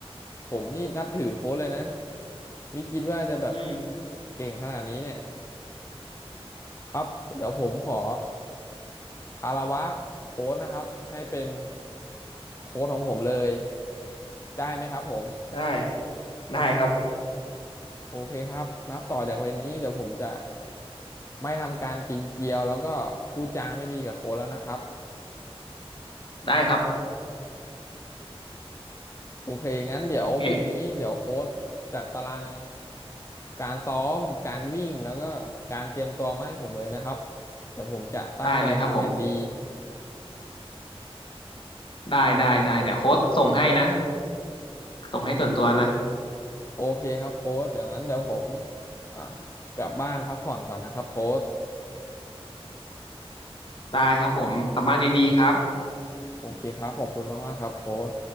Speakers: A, on the left; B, on the left.
A: ผมนี่นับถือโค้ชเลยนะไม่คิดว่าจะแบบ
B: อืม
A: เก่งขนาดนี้เนี่ยครับเดี๋ยวผมขอคารวะโค้ชนะครับให้เป็นโค้ชของผมเลยได้ไหมครับผม
B: ได้ได้ครับ
A: โอเคครับนับต่อจากวันนี้เดี๋ยวผมจะไม่ทำการปีนเกลียวแล้วก็พูดจาไม่ดีกับโค้ชแล้วนะครับ
B: ได้ครับ
A: โอเคงั้นเดี๋ยวพรุ่งนี้เดี๋ยวโค้ชจัดตาราง
B: โอเค
A: การซ้อมการวิ่งแล้วก็การเตรียมตัวมาให้ผมเลยนะครับเดี๋ยวผมจะตั้งใจทำอย่างดี
B: ได้เลยครับผมได้ได้ได้เดี๋ยวโค้ชส่งให้นะส่งให้ส่วนตัวนะ
A: โอเคครับโค้ชเดี๋ยวงั้นเดี๋ยวผมอ่ากลับบ้านพักผ่อนก่อนนะครับโค้ช
B: ได้ครับผมกลับบ้านดีๆครับ
A: โอเคครับขอบคุณมากๆครับโค้ช